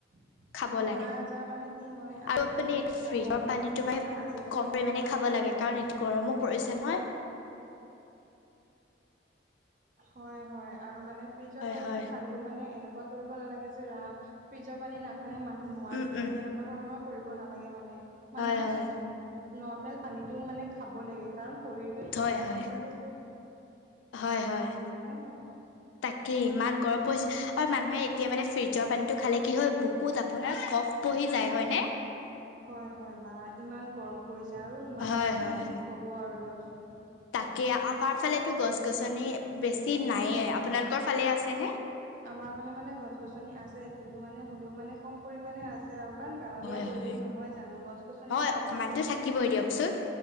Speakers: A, on the right (about 45°); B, on the left (about 80°).
A: <inaudible>
B: খাব
A: বেমাৰ
B: লাগে
A: আজাৰ মানে কি হয় আজিকালি
B: আৰু আপুনি এইটো
A: চাব
B: ফ্ৰিজৰ পানীটো
A: এতিয়া
B: মানে
A: আজিকালি
B: কম পৰিমাণে
A: অকমানকে
B: খাব লাগে কাৰণ এইটো
A: ৰ
B: গৰমো পৰিছে নহয়
A: হয় হয় আৰু মানে ফ্ৰিজৰ
B: হয়
A: পানীটো
B: হয়
A: খালেও মানে এনেকুৱা কৰিব নালাগে যে ৰাম ফ্ৰি জৰ পানী নাখালে মানুহ নোৱাৰিবই
B: উম উম
A: তেনেকুৱা ধৰণৰ কৰিব নালাগে মানে।
B: হয়
A: মানুহে
B: হয়
A: নৰ্মেল পানীতটোও মানে খাব লাগে কাৰণ শৰীৰটোৱে
B: হয়
A: ইমান
B: হয়
A: ঠাণ্ডাটো
B: হয় হয়।
A: ন
B: তাকে ইমান গৰম পৰিছে আৰু মানুহে এতিয়া মানে ফ্ৰিজৰ পানীটো খালে কি হয় বুকুত আপোনাৰ কফ বহি যায় হয়নে
A: হয় হয় বা ইমান গৰম পৰিছে আৰু মানে
B: হয়
A: কি
B: হয়
A: বুলি ক'ব আৰু দিয়কচোন।
B: তাকে আমাৰ ফালেতো গছ-গছনি বেছি নায়েই। আপোনালোকৰ ফালে আছেনে?
A: আমাৰ ফালে মানে গছ-গছনি আছে কিন্তু মানে হ'লেও মানে কম পৰিমাণে আছ ছে আৰু কাৰণ গাঁৱলীয়া
B: হয়
A: পৰিৱেশ
B: হয়
A: নহয় জানো, গছ-গছনিতো
B: হয়
A: থাকিবই।
B: অকমানতো দিয়কচোন